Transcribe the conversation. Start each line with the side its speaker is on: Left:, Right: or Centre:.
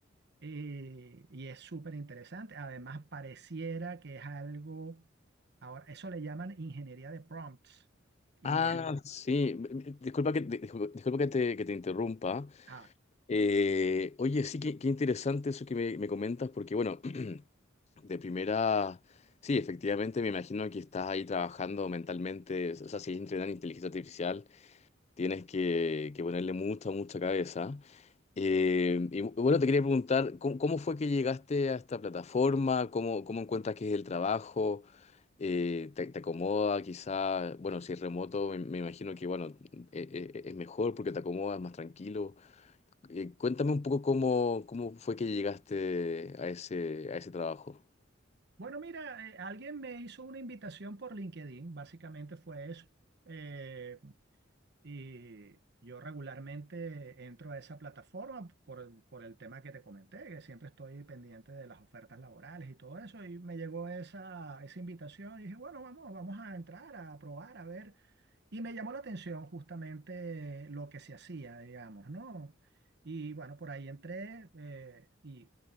Right: eh, y es súper interesante. Además, pareciera que es algo, ahora, eso le llaman ingeniería de prompts y
Left: Ah,
Right: es...
Left: sí. Disculpa que, disculpa que te, que te interrumpa,
Right: ah,
Left: Eh, oye, sí, qué, qué interesante eso que me, me comentas, porque bueno, <clears throat> de primera, sí, efectivamente me imagino que estás ahí trabajando mentalmente, o sea, si es entrenar inteligencia artificial, tienes que, que ponerle mucha, mucha cabeza. Eh, y bueno, te quería preguntar, ¿cómo, cómo fue que llegaste a esta plataforma? ¿Cómo, cómo encuentras que es el trabajo? Eh, te, te acomoda quizá? Bueno, si es remoto, me, me imagino que, bueno, eh, eh, es mejor porque te acomoda, es más tranquilo. Eh, cuéntame un poco cómo, cómo fue que llegaste a ese, a ese trabajo.
Right: bueno, mira, eh, alguien me hizo una invitación por LinkedIn, básicamente fue eso Eh, Y yo regularmente entro a esa plataforma por, el- por el tema que te comenté, que siempre estoy pendiente de las ofertas laborales y todo eso. Y me llegó esa, esa invitación y dije, bueno, vamos, vamos a entrar, a probar, a ver. Y me llamó la atención justamente lo que se hacía, digamos, ¿no? Y bueno, por ahí entré eh, y